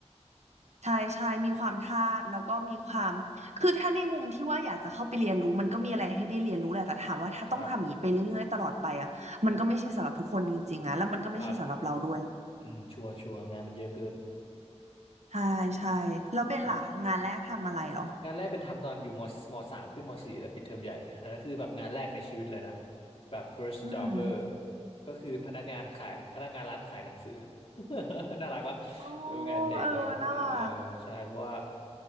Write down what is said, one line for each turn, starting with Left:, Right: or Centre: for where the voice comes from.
Right: ใช่ใช่มีความทาสแล้วก็มีความคือถ้าในมุมที่ว่าอยากจะเข้าไปเรียนรู้มันก็มีอะไรให้ได้เรียนรู้แหละแต่ถามว่าถ้าต้องทำอย่างนี้ไปเรื่อยๆตลอดไปอ่ะมันก็ไม่ใช่สำหรับทุกคนจริงๆอ่ะแล้วมันก็ไม่ใช่สำหรับเราด้วย
Left: ครับครับอืมชัวร์ชัวร์งานมันเยอะเกิน
Right: ใช่ใช่แล้วเบนล่ะงานแรกทำอะไรเหรอ
Left: ครับงานแรกเป็นทำตอนอยู่มมสามขึ้นมสี่แล้วปิดเทอมใหญ่ไปอันนั้นคือแบบงานแรกในชีวิตเลยนะ แบบ first
Right: อืม
Left: jobber ก็คือพนักงานขายพนักงานร้านขายหนังสือ <laughs> น่ารักว่ะเอองานเด็กแล้วแต่เออใช่เพราะว่า
Right: โอ้เออน่ารัก